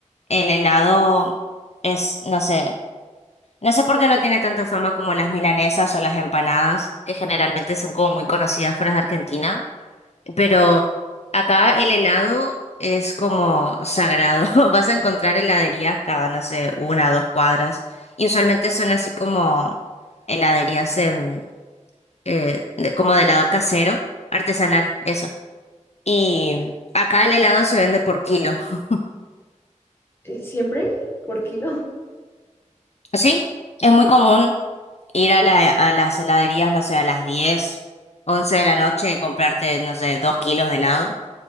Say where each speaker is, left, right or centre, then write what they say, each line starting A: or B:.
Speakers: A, on the left (about 55°); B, on the left (about 20°).
A: El helado es, no sé, no sé por qué no tiene tanta fama como las milanesas o las empanadas, que generalmente son como muy conocidas fuera de Argentina, pero acá el helado es como sagrado. <laughs> Vas a encontrar heladerías cada, no sé, una o dos cuadras, y usualmente son así como heladerías en, eh, de- como de helado casero, artesanal, eso. Y acá el helado se vende por kilo. <laughs>
B: ¿Y ¿Siempre? ¿Por kilo? <laughs>
A: Sí, es muy común. Ir a la, a las heladerías, no sé, a las 10 11 de la noche y comprarte, no sé, dos kilos de helado